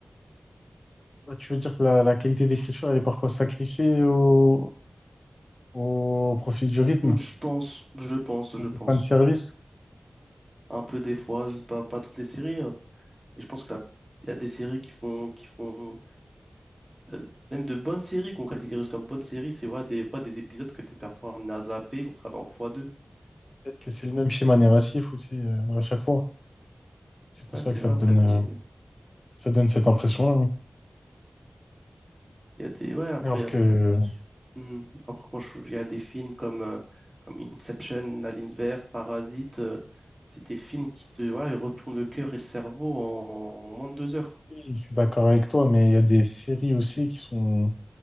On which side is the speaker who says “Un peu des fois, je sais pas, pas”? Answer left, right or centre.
Right